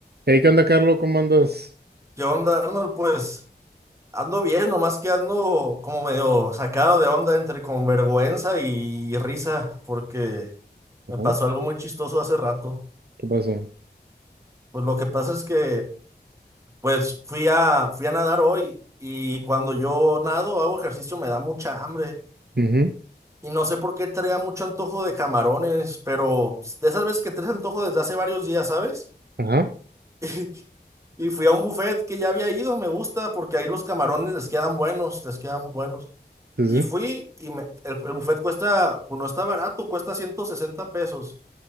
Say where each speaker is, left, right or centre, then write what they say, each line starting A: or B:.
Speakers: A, on the right; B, on the right.
A: Hey, ¿qué onda, Carlos? ¿Cómo andas?
B: ¿Qué onda, Arnold? Pues ando bien, nomás que ando como medio sacado de onda entre con vergüenza y risa, porque me
A: Ajá.
B: pasó algo muy chistoso hace rato.
A: ¿Qué pasó?
B: Pues lo que pasa es que, pues fui a, fui a nadar hoy y cuando yo nado, hago ejercicio, me da mucha hambre.
A: Ujú,
B: Y no sé por qué traía mucho antojo de camarones, pero de esas veces que traes antojo desde hace varios días, ¿sabes?
A: Ajá,
B: <laughs> Y fui a un buffet que ya había ido, me gusta, porque ahí los camarones les quedan buenos, les quedan buenos.
A: sí,
B: Y
A: sí,
B: fui y me- el, el buffet cuesta, pues no está barato, cuesta 160 pesos.